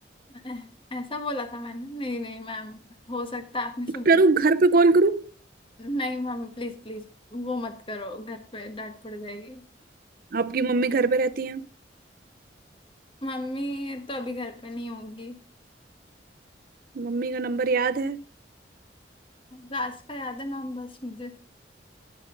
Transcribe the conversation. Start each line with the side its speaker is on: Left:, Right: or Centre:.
Left: ऐ- ऐसा बोला था मैंने नहीं नहीं मैम हो सकता है आपने सुन लिया
Right: करूँ घर पे कॉल करूँ
Left: नहीं मैम प्लीज प्लीज वो मत करो घर पे डांट पड़ जाएगी
Right: आपकी मम्मी घर पे रहती हैं
Left: मम्मी तो अभी घर पे नहीं होगी
Right: मम्मी का नंबर याद है
Left: रास्ता याद है मैम बस मुझे